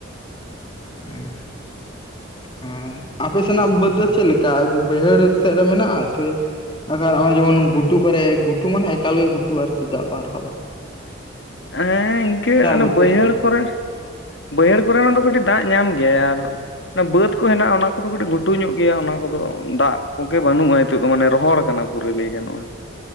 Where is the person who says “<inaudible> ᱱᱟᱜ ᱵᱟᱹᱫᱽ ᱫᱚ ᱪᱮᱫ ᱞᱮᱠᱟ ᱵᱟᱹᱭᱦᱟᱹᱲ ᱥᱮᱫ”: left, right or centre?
Left